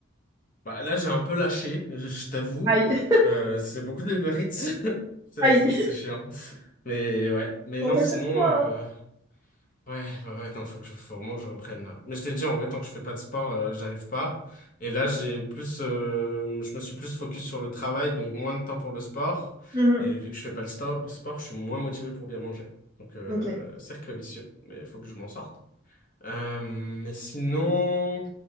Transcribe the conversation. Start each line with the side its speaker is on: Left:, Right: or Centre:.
Left: Bah, là, j'ai un peu lâché, je, je t'avoue.
Right: Aïe,
Left: Euh, c'est beaucoup de Uber Eats. <laughs> C'est
Right: <laughs> aïe,
Left: c'est- c'est chiant. Mais ouais, mais
Right: on
Left: non,
Right: t'a
Left: sinon,
Right: sur toi,
Left: euh,
Right: hein.
Left: ouais, bah ouais, attends, faut que je, faut vraiment que je reprenne là. Mais je t'ai dit, en vrai, tant que je fais pas de sport, euh, j'arrive pas. Et là, j'ai plus, euh, je me suis plus focus sur le travail, donc moins de temps pour le sport.
Right: Mhm.
Left: Et vu que je fais pas le sto- sport, je suis moins motivé pour bien manger. Donc, euh,
Right: Ok, ouais,
Left: cercle vicieux, mais il faut que je m'en sorte. Euh, mais sinon,